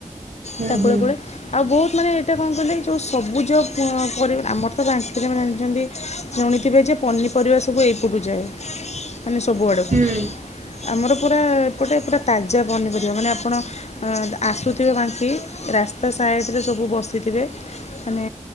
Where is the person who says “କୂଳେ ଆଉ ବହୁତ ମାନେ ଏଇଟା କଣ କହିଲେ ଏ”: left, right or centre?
Left